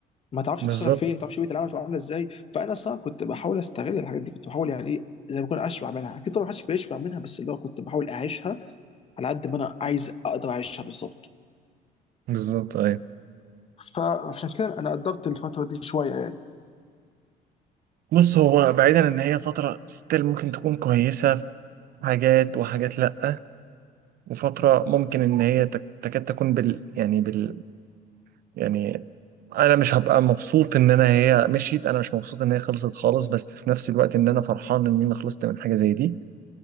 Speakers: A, on the left; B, on the right.
A: ما تعرفش
B: بالظبط
A: تشتغل فين ما تعرفش بيئه العمل تبقى عامله ازاي فانا صراحه كنت بحاول استغل الحاجات دي كنت بحاول يعني ايه زي ما اكون اشبع منها اكيد طبعا محدش بيشبع منها بس اللي هو كنت بحاول اعيشها على قد ما انا عايز اقدر اعيشها بالظبط
B: بالظبط ايوه
A: فعشان كده انا قدرت الفتره دي شويه يعني
B: وبص هو بعيدا ان هي فتره ستيل ممكن تكون كويسه في حاجات وحاجات لا وفتره ممكن ان هي تك- تكاد تكون بال يعني بال يعني انا مش هبقى مبسوط ان انا هي مشيت انا مش مبسوط ان هي خلصت خالص بس في نفس الوقت ان انا فرحان ان انا خلصت من حاجه زي دي